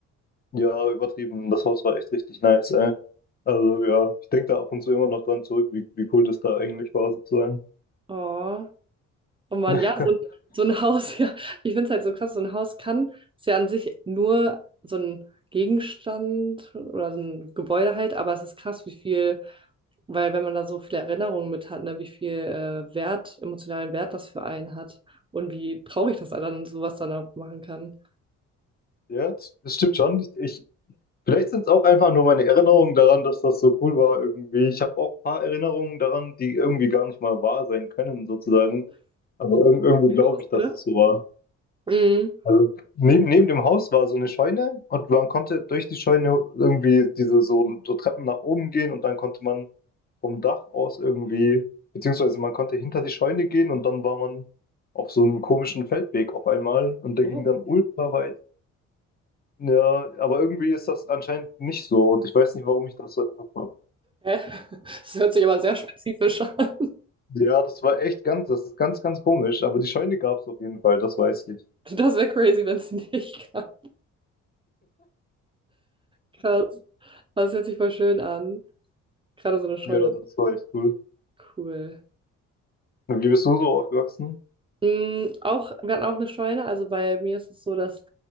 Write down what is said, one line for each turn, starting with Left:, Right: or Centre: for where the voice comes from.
Left: ja, übertrieben. Das Haus war echt richtig nice, ey. Also ja, ich denke da ab und zu immer noch dran zurück, wie, wie cool das da eigentlich war, sozusagen.
Right: Oh. Oh Mann,
Left: <laughs>
Right: ja, so, ein- so ein Haus, <laughs> ja. Ich finde es halt so krass, so ein Haus kann, ist ja an sich nur so ein Gegenstand oder so ein Gebäude halt, aber es ist krass, wie viel. Weil wenn man da so viele Erinnerungen mit hat, ne, wie viel äh, Wert, emotionalen Wert das für einen hat und wie traurig das dann sowas dann auch machen kann.
Left: Ja, das das stimmt schon. Ich, vielleicht sind es auch einfach nur meine Erinnerungen daran, dass das so cool war irgendwie. Ich habe auch ein paar Erinnerungen daran, die irgendwie gar nicht mal wahr sein können, sozusagen. Aber ir irgendwie glaube
Right: Ausgedacht?
Left: ich, dass es so war.
Right: Mhm.
Left: Also neben, neben dem Haus war so eine Scheune und man konnte durch die Scheune irgendwie diese so, so Treppen nach oben gehen und dann konnte man vom Dach aus irgendwie, beziehungsweise man konnte hinter die Scheune gehen und dann war man auf so einem komischen Feldweg auf einmal und der
Right: Oh,
Left: ging dann ultra weit. Ja, aber irgendwie ist das anscheinend nicht so und ich weiß nicht, warum ich das so im Kopf habe.
Right: hä? Das hört sich aber sehr spezifisch an.
Left: Ja, das war echt ganz, das ist ganz, ganz komisch, aber die Scheune gab es auf jeden Fall, das weiß ich.
Right: Das wäre crazy, wenn es nicht <laughs> gab. Krass. Das hört sich voll schön an. Gerade so eine Scheune.
Left: Ja, das war echt cool.
Right: Cool.
Left: Und wie bist du so aufgewachsen?
Right: Mm, auch, wir hatten auch eine Scheune. Also bei mir ist es so, dass